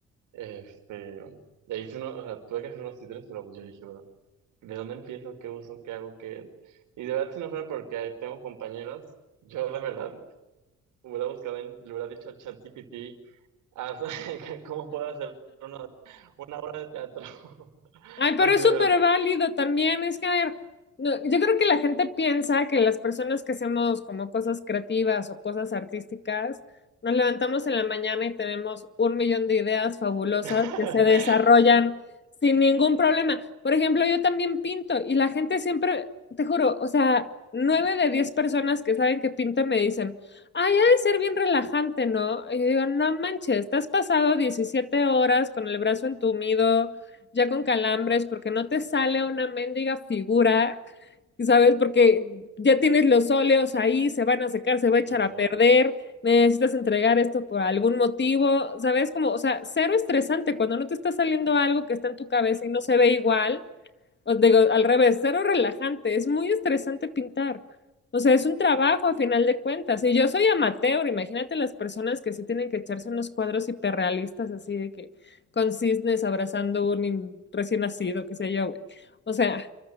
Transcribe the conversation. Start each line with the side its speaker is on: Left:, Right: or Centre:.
Right: Este, y hice uno, o sea, tuve que hacer unos títeres, pero yo dije, bueno, ¿de dónde empiezo? ¿Qué uso? ¿Qué hago? ¿Qué? Y de verdad, si no fuera porque tengo compañeros, yo de verdad hubiera buscado, en, le hubiera dicho a ChatGPT, haz- <laughs> ¿cómo puedo hacer una, una obra de teatro? <laughs>
Left: Ay, pero
Right: Porque
Left: es
Right: de
Left: súper
Right: verdad
Left: válido también. Es que, a ver, no, yo creo que la gente piensa que las personas que hacemos como cosas creativas o cosas artísticas, nos levantamos en la mañana y tenemos un millón de ideas fabulosas
Right: <laughs>
Left: que se desarrollan sin ningún problema. Por ejemplo, yo también pinto y la gente siempre, te juro, o sea, nueve de diez personas que saben que pinto me dicen, ay, ha de ser bien relajante, ¿no? Y yo digo, no manches, te has pasado 17 horas con el brazo entumido ya con calambres, porque no te sale una mendiga figura, ¿sabes? Porque ya tienes los óleos ahí, se van a secar, se va a echar
Right: Sí, claro.
Left: a perder, necesitas entregar esto por algún motivo, ¿sabes? Como, o sea, cero estresante cuando no te está saliendo algo que está en tu cabeza y no se ve igual. Os digo, al revés, cero relajante, es muy estresante pintar. O sea, es un trabajo a final de cuentas. Y yo soy amateur, imagínate las personas que sí tienen que echarse unos cuadros hiperrealistas así de que con cisnes abrazando un in- recién nacido, qué sé yo, güey. O sea,